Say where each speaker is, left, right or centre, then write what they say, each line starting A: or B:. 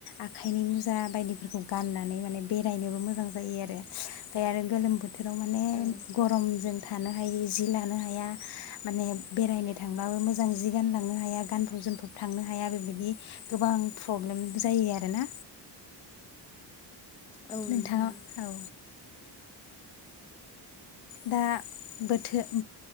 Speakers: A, on the left; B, on the left.
A: आखाइनि मुजा बायदिफोरखौ गानना नै माने बेरायनोबो मोजां जायो आरो ओमफ्राय आरो गोलोम बो थोराव माने
B: औ
A: गरमजों थानो हायि जि लानो हा या माने बेरायनो थांबाबो मोजां जि गानलांनो हाया गानफब जोमफब थांनो हाया बेबायदि गोबां प्रब्लेम जायो आरोना।
B: औ
A: नोंथाङा
B: नोंथां
A: औ दा बोथो